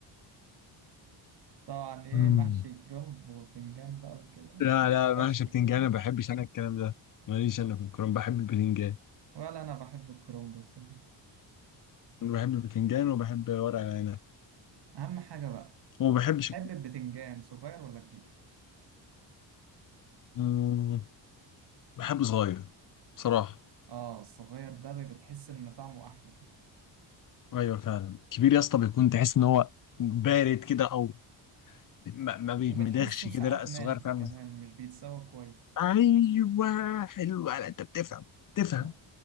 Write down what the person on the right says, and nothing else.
<laughs> طبعا ايه
محشي كرنب وبتنجان بقى وكده
ولا
مالكش
في
الكرنب
ولا انا بحب الكرنب الصراحه
اهم حاجه بقى
تحب البتنجان صغير ولا كبير
اه الصغير ده بي- بتحس ان طعمه احلى كده
وبتحسه ساعات
ناشف
كمان مش بيتسوى كويس
آه.